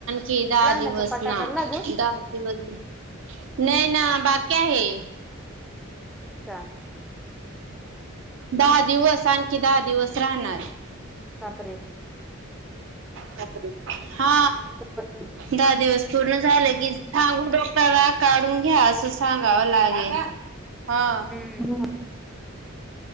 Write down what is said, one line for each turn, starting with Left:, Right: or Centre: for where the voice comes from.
Right: ते दहा
Centre: लहानाचा
Right: दिवस
Centre: पाटा
Right: ना,
Centre: काढला अजून
Right: दहा दिवस नाही ना बाकी आहे.
Centre: हम्म का.
Right: दहा दिवस आणखी दहा दिवस राहणार.
Centre: बापरे.
Right: बापरे हा..
Centre: <inaudible>
Right: दहा दिवस पूर्ण झालं की सांगू डोक्टरला काढून घ्या असच सांगावं लागेल हा.
Centre: हम्म